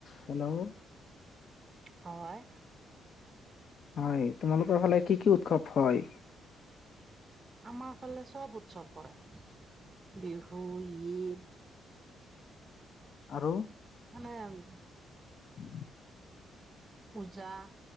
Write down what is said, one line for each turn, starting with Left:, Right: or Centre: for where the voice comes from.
Left: হেল্ল'
Right: হয়
Left: হয় তোমালোকৰ ফালে কি কি উৎসৱ হয়।
Right: আমাৰ ফালে চব উৎসৱ হয় বিহু ঈদ
Left: আৰু
Right: মানে উম
Left: উ
Right: পূজা